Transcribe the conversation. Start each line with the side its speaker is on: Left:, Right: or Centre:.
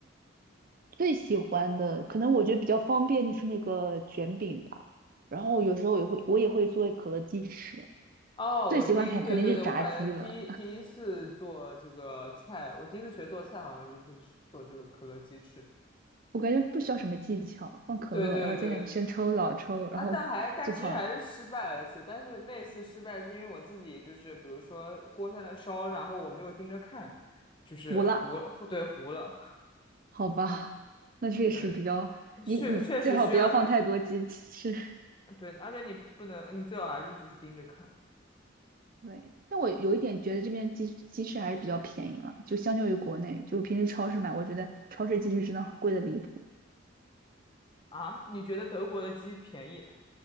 Right: 最喜欢的，可能我觉得比较方便就是那个卷饼吧，然后有时候也会我也会做可乐鸡翅。
Left: 哦，我第一，
Right: 最喜欢肯肯定是炸鸡了。
Left: 对对对，我感觉第一第一次做这个菜，我第一次学做菜好像就是做这个可乐鸡翅。
Right: 我感觉不需要什么技巧，放可乐，
Left: 对对对，
Right: 然后加点生抽、老抽，然后就好了，
Left: 啊，但还但其实还是失败了一次，但是那次失败是因为我自己就是比如说锅在那烧，然后我没有盯着看，就是糊糊对糊了，
Right: 无辣，好吧？<laughs> 那确实比较，
Left: 对，确确实需要
Right: 你你最好不要放太多鸡翅。
Left: 对，而且你不能，你最好还是就是盯着看
Right: 对，但我有一点觉得这边鸡鸡翅还是比较便宜了，就相较于国内，就平时超市买，我觉得超市鸡翅真的贵的离谱。
Left: 啊。你觉得德国的鸡便宜